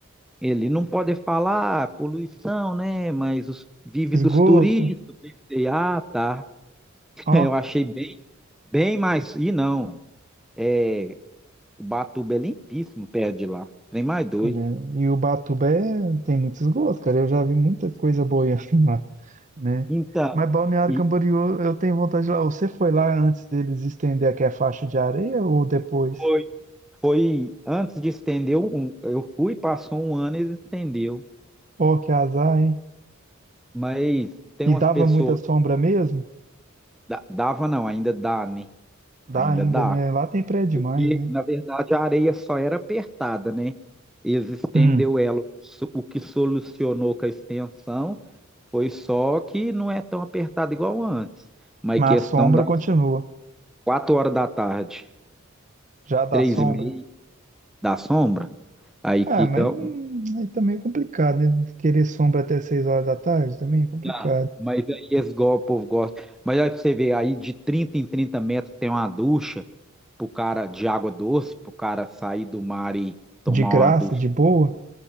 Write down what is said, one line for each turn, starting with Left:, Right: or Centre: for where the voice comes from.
Centre: Ele não pode falar ah, poluição, né? Mas os, vive
Right: esgoto.
Centre: dos turistas. Eu Pensei, ah, tá. <laughs>
Right: Ó,
Centre: Eu achei bem, bem mais. E não, é, o Batuba é limpíssimo perto de lá. Trem mais doido.
Right: é, e o Batuba é- tem muitos gostos, cara. Eu já vi muita coisa boiando <laughs> lá, né?
Centre: Então,
Right: Mas Balneário
Centre: e
Right: Camboriú, eu tenho vontade de ir lá. Você foi lá antes deles estender aqui a faixa de areia ou depois?
Centre: foi, foi antes de estender, um, eu fui, passou um ano e eles estendeu.
Right: Ó, que azar, hein?
Centre: Mas tem
Right: E
Centre: umas
Right: dava
Centre: pessoas
Right: muita sombra mesmo?
Centre: Da- Dava não, ainda dá, né?
Right: Dá
Centre: Ainda
Right: ainda,
Centre: dá.
Right: né? Lá tem prédio demais,
Centre: Porque,
Right: né?
Centre: na verdade, a areia só era apertada, né? Eles estendeu
Right: Hum,
Centre: ela. O que so- o que solucionou com a extensão foi só que não é tão apertada igual antes. Mas
Right: mas
Centre: questão
Right: a sombra
Centre: das
Right: continua.
Centre: quatro horas da tarde,
Right: Já dá
Centre: três
Right: sombra?
Centre: e meia da sombra, aí
Right: Ah,
Centre: fica.
Right: mas hum,
Centre: um-
Right: aí também é complicado, né? Querer sombra até seis horas da tarde também é complicado.
Centre: Ah, mas aí eles, go- o povo gosta. Mas aí pra você vê, aí de 30 em 30 metros tem uma ducha pro cara de água doce, pro cara sair do mar e. Tomar
Right: De graça,
Centre: uma ducha
Right: de boa?